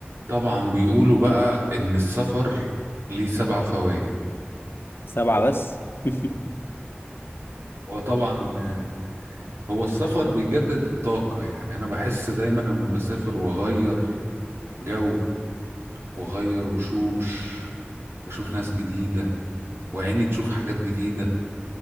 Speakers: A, on the right (about 85°); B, on the left (about 65°).
A: طبعا بيقولوا بقى ان السفر ليه سبع فوائد
B: سبعة بس <laughs>
A: هو طبعا آه، هو السفر بيجدد الطاقة يعني انا بحس دايما لما بسافر واغير جو واغير وشوش واشوف ناس جديدة وعيني تشوف حاجات جديدة